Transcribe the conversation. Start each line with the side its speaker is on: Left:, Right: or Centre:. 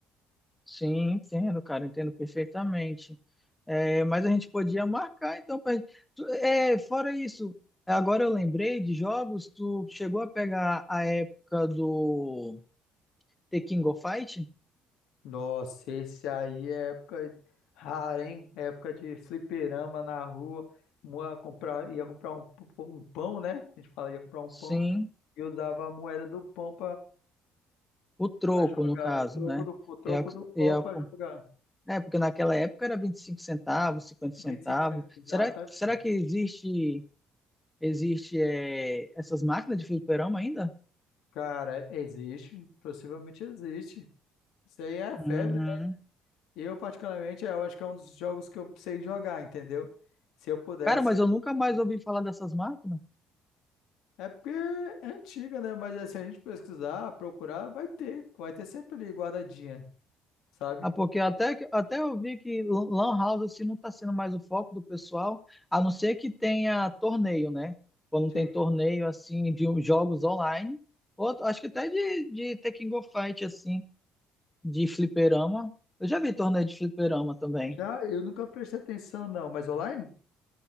Centre: Sim, entendo, cara, entendo perfeitamente. É, mas a gente podia marcar, então. Pra... tu- É, fora isso, agora eu lembrei de jogos, tu chegou a pegar a época do The King of Fight?
Left: Nossa, esse aí é época rara, hein? Época de fliperama na rua. Moa- Comprar, ia comprar um, p- um pão, né? A gente fala, ia comprar um
Centre: Sim,
Left: pão. E eu dava a moeda do pão
Centre: o troco,
Left: Pra jogar
Centre: no caso,
Left: o troco
Centre: né?
Left: do, o troco
Centre: É, a-
Left: do pão
Centre: é, a-
Left: pra jogar.
Centre: é, porque naquela época era 25 centavos, 50
Left: 25
Centre: centavos.
Left: centavos. Exata.
Centre: Será, será que existe, existe é, essas máquinas de fliperama ainda?
Left: Cara, existe. Possivelmente existe. Isso aí é febre,
Centre: Uhum.
Left: né? Eu, particularmente, eu acho que é um dos jogos que eu sei jogar, entendeu? Se eu pudesse.
Centre: Cara, mas
Left: eu-
Centre: eu nunca mais ouvi falar dessas máquinas.
Left: É porque é antiga, né? Mas assim, se a gente pesquisar, procurar, vai ter. Vai ter sempre ali guardadinha, sabe?
Centre: Ah, porque até, que- até eu vi que lan lan house assim, não está sendo mais o foco do pessoal, a não ser que tenha torneio, né? Quando
Left: Sim.
Centre: tem torneio assim de uns jogos online, ou acho que até de, de Tekken Go Fight assim, de fliperama. Eu já vi torneio de fliperama também.
Left: Já eu nunca prestei atenção, não. Mas online?